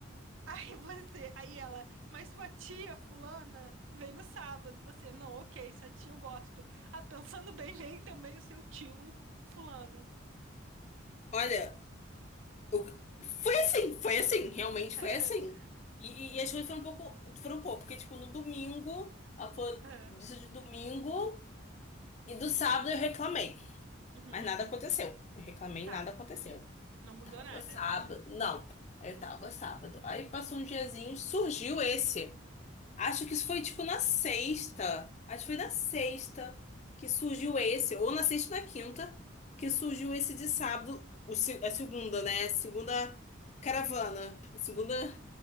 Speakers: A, on the right; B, on the left.
A: Aí você, aí ela, mas sua tia fulana vem no sábado. Você, não, ok, sua tia eu gosto. Ah, pensando bem, vem também o seu tio fulano.
B: <laughs> Olha, O- Foi assim, foi assim, realmente
A: <laughs>
B: foi assim. E, e- e as coisas foram um pouco, foram um pouco, porque tipo, no domingo, ela falou
A: É.
B: disso de domingo, e do sábado eu reclamei,
A: Uhum,
B: mas nada aconteceu. Eu reclamei,
A: tá,
B: nada aconteceu.
A: não mudou
B: Tava
A: nada.
B: sábado, não, aí eu tava sábado. Aí passou um diazinho, surgiu esse. Acho que isso foi tipo na sexta. Acho que foi na sexta que surgiu esse, ou na sexta ou na quinta, que surgiu esse de sábado, o, se- a segunda, né? Segunda caravana, a segunda